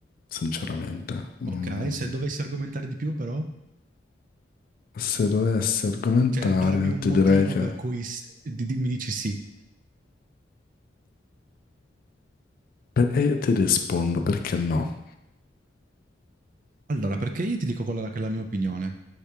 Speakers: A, on the left (about 50°); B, on the right (about 45°).
A: sinceramente. Mm,
B: Ok, se dovessi argomentare di più però,
A: se dovessi argomentare,
B: cioè darmi un
A: ti
B: motivo
A: direi che...
B: per cui s- di- di- mi dici sì.
A: per- E ti rispondo perché no.
B: Allora, perché io ti dico quella che è la mia opinione.